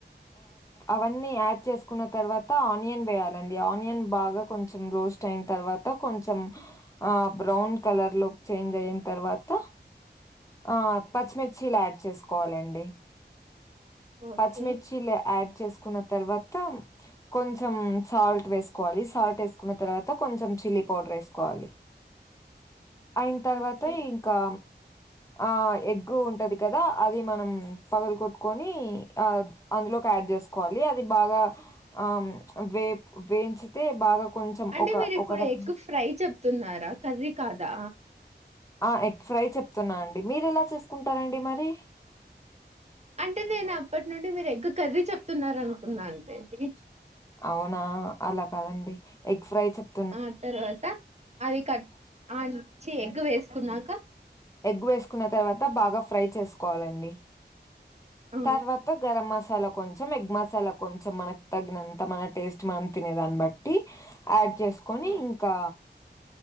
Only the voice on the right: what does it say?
ఓకే
ఓకే
అంటే
మీరు ఇప్పుడు
ఎగ్ ఫ్రై <unintelligible> చెత్తున్నారా కర్రీ కాదా
అంటే నేను అప్పటి నుండి మీరు ఎగ్గు కర్రీ చెప్తున్నారు అనుకున్నా అండి అది
ఆ తర్వాత అవి కట్ ఆ ఛీ ఎగ్ వేసుకున్నాక
ఆ
ఆ